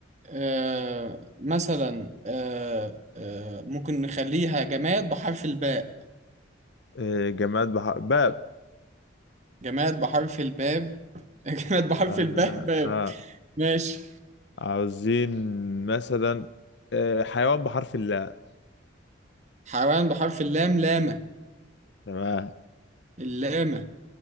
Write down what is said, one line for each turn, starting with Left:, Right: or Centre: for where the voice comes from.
Right: آه مثلا آه آه ممكن نخليها جماد بحرف الباء
Left: آه جماد بح... باب
Right: جماد بحرف الباب <laughs> جماد بحرف
Left: لا-
Right: الباء
Left: لا،
Right: باب
Left: آه.
Right: ماشي
Left: عاوزين مثلا آه حيوان بحرف اللاء
Right: حيوان بحرف اللام لامة
Left: تمام
Right: اللامة